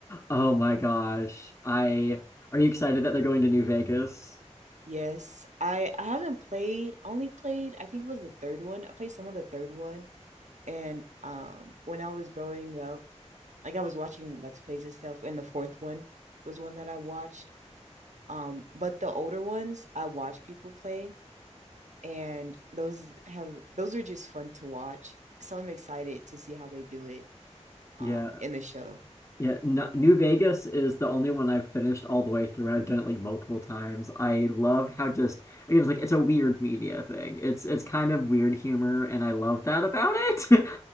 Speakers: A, on the left; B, on the right.
A: Oh my gosh. I are you excited that they're going to New Vegas?
B: Yes, I I haven't played, only played, I think it was the third one. I played some of the third one. And um when I was growing up, like I was watching Let's Plays and stuff, and the fourth one was one that I watched. Um, but the older ones I watch people play, and those have those are just fun to watch. So I'm excited to see how they do it
A: Yeah.
B: um in the show.
A: Yeah, no, New Vegas is the only one I've finished all the way through, and I've done it like multiple times. I love how just again, it's like it's a weird media thing. It's it's kind of weird humor, and I love that about it. <laughs>